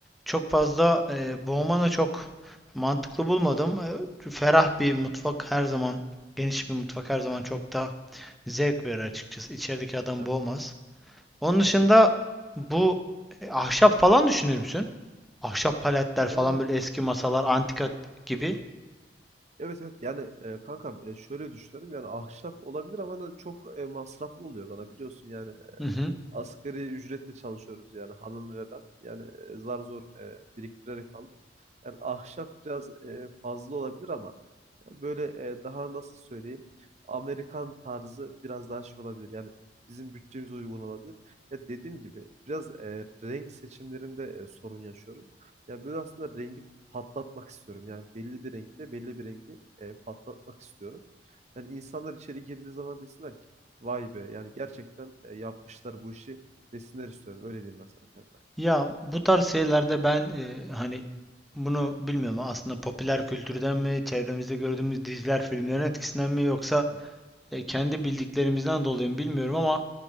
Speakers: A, in the centre; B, on the right (about 40°).
A: çok fazla e, boğmana çok Mantıklı bulmadım. Ee, Ferah bir mutfak her zaman, geniş bir mutfak her zaman çok daha zevk verir açıkçası. İçerideki adam
B: Evet.
A: boğmaz. Onun dışında
B: Kesinlikle.
A: bu e, ahşap falan düşünür müsün? Ahşap paletler
B: Yani
A: falan böyle eski masalar, antika gibi.
B: evet evet yani e, kankam e, şöyle düşünüyorum yani ahşap olabilir ama hani çok e, masraflı oluyor bana biliyorsun yani
A: Hı hı.
B: Asgari ücretle çalışıyoruz yani hanım ve ben. Yani e, zar zor e, biriktirerek aldık. Yani ahşap biraz e, fazla olabilir ama yani böyle e, daha nasıl söyleyeyim Amerikan tarzı biraz daha şey olabilir. Yani bizim bütçemize uygun olabilir. Ya dediğim gibi biraz e, renk seçimlerinde e, sorun yaşıyorum. Ya böyle aslında rengi patlatmak istiyorum. Yani belli bir renkte belli bir rengi e, patlatmak istiyorum. Yani insanlar içeri girdiği zaman desinler ki vay be yani gerçekten e, yapmışlar bu işi desinler istiyorum. Öyle diyeyim ben sana kanka.
A: Ya bu tarz şeylerde ben e, hani bunu bilmiyorum aslında popüler kültürden mi, çevremizde gördüğümüz diziler, filmlerin etkisinden mi yoksa
B: Evet,
A: e, kendi bildiklerimizden dolayı mı bilmiyorum ama